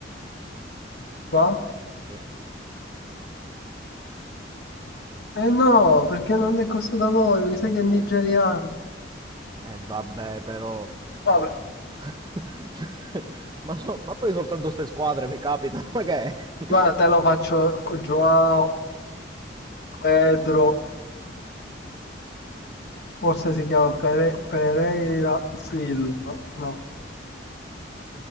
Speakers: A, on the left (about 55°); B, on the right (about 20°).
A: qua?
B: Sì. Eh,
A: Eh no, perché non è cosa da voi, mi sa che è nigeriano.
B: di- eh, vabbè, però.
A: Vabbè,
B: <laughs> Cioè, ma, so- ma poi soltanto queste squadre mi capitano, ma che è? <laughs>
A: guarda, te lo faccio Joao Pedro, forse si chiama Pere- Pereira Silva. No,